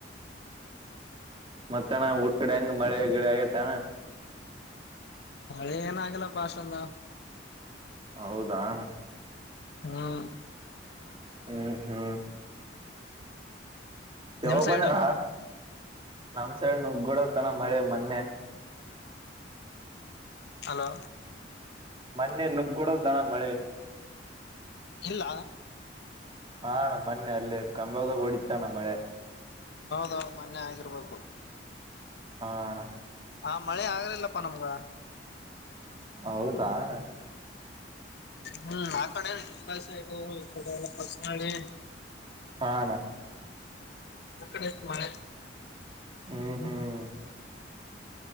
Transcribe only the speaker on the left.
ಮಳೆ ಏನ ಆಗಲ್ಲಪ್ಪಾಸ್ಂದು
ಹ್ಮ್
ನಿಮ್ ಸೈಡ್
ಹಲೋ
ಇಲ್ಲ
ಹೌದೌ ಮೊನ್ನೆ ಆಗಿರ್ಬೇಕು
ಹ ಮಳೆ ಆಗ್ಲಿಲ್ಲಪ್ಪಾ ನಮ್ಗ
ಹ್ಮ್ ಆ ಕಡೆಲ್ಲ ಕೆಲಸ ಇದು ಈ ಕಡೆ ಎಲ್ಲ ಸ ಮಾಡಿ
ಹ ಕಡೆು ಮಾಡ